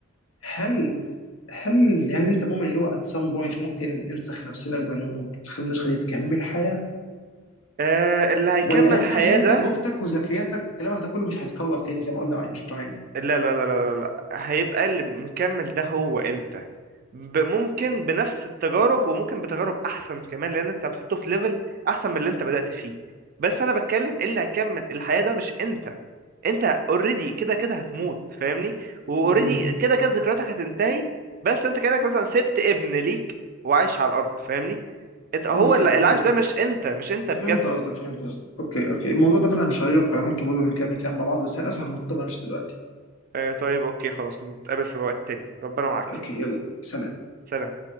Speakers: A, on the left (about 75°); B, on the right (about 45°).
A: هل هل هل انت مؤمن ان هو at some point ممكن ننسخ نفسنا قبل ما نموت ونخلي النسخه دي تكمل حياه
B: آه اللي هيكمل
A: ولا لا
B: حياه
A: لان
B: ده
A: تجربتك وذكرياتك وكلامك ده كله مش هيتكرر تاني زي ما قلنا مع اينشتاين
B: لا لا لا لا لا لا. هيبقى اللي مكمل ده هو انت ب- ممكن بنفس التجارب وممكن بتجارب احسن كمان لان انت هتحطه في ليفل احسن من اللي انت بدأت فيه بس انا بتكلم إيه اللي هيكمل الحياة ده مش انت انت اوريدي كده كده هتموت فاهمني واوريدي
A: امم
B: كده كده ذكرياتك هتنتهي بس انت كأنك مثلا سبت ابن ليك وعايش على الارض فاهمني انت هو
A: اوكي
B: اللي-
A: اوكي
B: العيش ده مش انت مش انت بجد
A: فهمت قصدك فهمت قصدك اوكي اوكي الموضوع ده فعلا شيق انا ممكن برضه نكمل كلام مع بعض بس للاسف مضطر امشي دلوقتي
B: آه طيب اوكي خلاص نتقابل في وقت تاني ربنا معاك
A: اوكي يلا سلام
B: سلام